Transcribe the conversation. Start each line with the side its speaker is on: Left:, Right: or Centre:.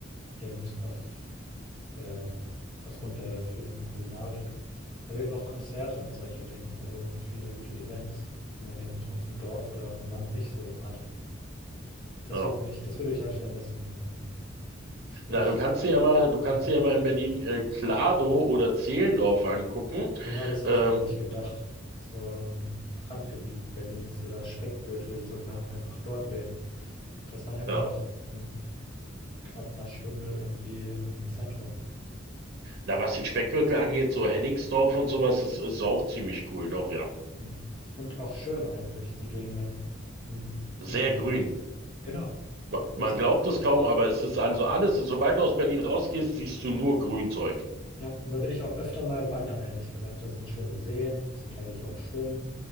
Left: eben auf, äh, aufgrund der vielen Kulinarik, aber eben auch Konzerte und solche Dinge, also viele gute Events, die man eben auf dem Dorf oder auf dem Land nicht so hat. Das
Right: ja.
Left: wird mich, das würde ich halt vermissen irgendwie. Sprich,
Right: Na, du kannst dir ja mal, du kannst
Left: ja.
Right: dir ja mal in Berlin äh, Klado oder Zehlendorf angucken.
Left: Genau das habe
Right: Ähm,
Left: ich mir nämlich gedacht. So im Randgebiet Berlins oder Speckgürtel sogar, einfach dort leben. Dass man ja immer
Right: ja.
Left: noch in knapp einer Stunde irgendwie im Zentrum.
Right: Na, was den Speckgürtel angeht, so Hennigsdorf und sowas, das ist auch ziemlich cool, doch, ja.
Left: Mhm. Und auch schön eigentlich, die Gegenden. Mhm.
Right: Sehr
Left: In, äh,
Right: grün.
Left: genau.
Right: Ma- Man
Left: Gibt's.
Right: glaubt es kaum, aber es ist also alles, sobald du aus Berlin rausgehst, siehst du nur Grünzeug.
Left: Ja, und da bin ich auch öfter mal wandern, ehrlich gesagt. Das sind schöne Seen. Zum Teil gehe ich auch schwimmen